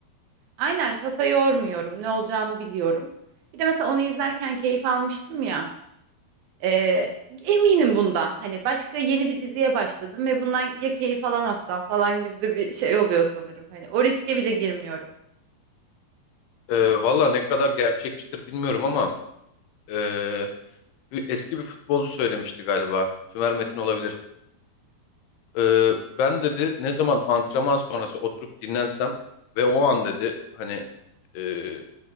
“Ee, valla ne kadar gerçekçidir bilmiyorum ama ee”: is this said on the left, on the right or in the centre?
Left